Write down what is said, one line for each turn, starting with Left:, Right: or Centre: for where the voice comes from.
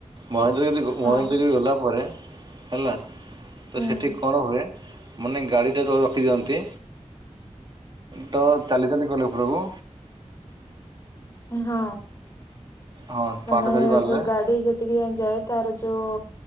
Right: ମହେନ୍ଦ୍ରଗିରି
Left: ହଁ
Right: ମହେନ୍ଦ୍ରଗିରି ଗଲା ପରେ ହେଲା ତ
Left: ହୁଁ
Right: ସେଠିକଣ ହୁଏ। ମାନେ ଗାଡି ଟା ତୋଲେ ରଖି ଦିଅନ୍ତି ତ ଚାଲି ଚାଲି ଗଲେ ଉପରକୁ
Left: ହଁ
Right: ହଁ ପାହାଡ଼
Left: ମାନେ
Right: ଚଢ଼ି ପାରିଲେ
Left: ଯୋଉ ଗାଡି ଯେ ତି ଏଞ୍ଜୟ ତାର ଯୋଉ